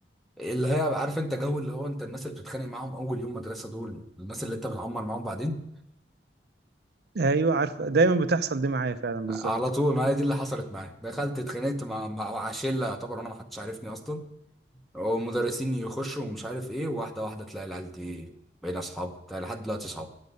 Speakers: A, in the centre; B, on the right (about 65°).
A: اللي هي عارف انت جو اللي هو انت الناس اللي بتتخانق معاهم اول يوم مدرسه دول الناس اللي انت بتعمر معاهم بعدين
B: ايوه عارفه دايما بتحصل دي معايا فعلا بالظبط
A: على طول ما هي دي اللي حصلت معايا دخلت اتخانقت مع مع مع شله يعتبر انا ما حدش عارفني اصلا ومدرسين يخشوا ومش عارف ايه واحده واحده تلاقي العيال دي بقينا اصحاب بتاع لحد دلوقتي اصحاب